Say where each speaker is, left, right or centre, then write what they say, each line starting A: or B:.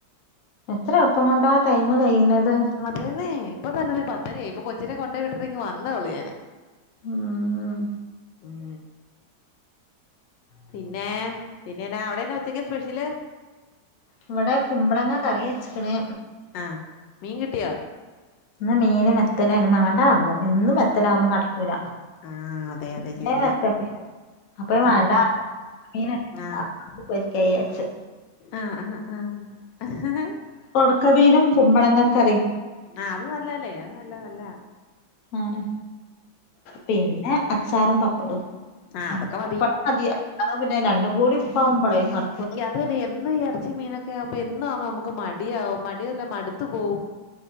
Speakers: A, on the left (about 60°); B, on the left (about 80°).
A: എത്ര എൾപ്പം കൊണ്ടാ ടൈം കഴിണത്.
B: അതേന്നേ ഇപ്പൊ തന്നെ ദേ പത്തരയായി ഇപ്പ കൊച്ചിനെ കൊണ്ടേയി വിട്ടിട്ട് ഇങ്ങ് വന്നേ ഒള്ളൂ ഞാന്.
A: ഉം
B: ഉം പിന്നേ പിന്നെ എന്നാ അവിടെ എന്നാ ഒ ഉച്ചക്ക് സ്പെഷ്യല്?
A: ഇവടെ കുമ്പളങ്ങ കറി വെച്ച്ക്ണ്.
B: ആഹ് മീൻ കിട്ടിയോ?
A: ഇന്ന് മീന് മെത്തലേണ്. മാണ്ടാർണു. എന്നും മെത്തലാകുമ്പോ നടക്കൂല.
B: ആഹ് അതെ
A: <unintelligible>
B: അതെ ശരിയാ
A: മെത്തലേനു. അപ്പ ഞാ വാണ്ടാർണു.
B: ഉം ഉം
A: ഉണക്ക മീൻണ്ട്
B: ആഹ്
A: അത് പൊരിക്കാ യാര്ച്ച്.
B: ആഹ് ആഹ് ആഹ് ആഹ്
A: ഒണക്ക മീനും കുമ്പളങ്ങക്കറിം
B: ആഹ് അത് നല്ല അല്ലേ അത് നല്ലാ നല്ലാ.
A: ആണ് പിന്നെ അച്ചാറും പപ്പടും.
B: ആഹ് അതൊക്കെ മതി
A: പപ്പടം മതി അല്ലാതെ പിന്നെ രണ്ടും കൂടി ഉപ്പാവുമ്പളേ നട
B: അതു അല്ല എന്നു ഈ എർച്ചിം മീനൊക് ക്യാവുമ്പ എന്നു ആവ്മ്പം നമുക്ക് മടിയാവും മടിയല്ല മടുത്ത് പോകും.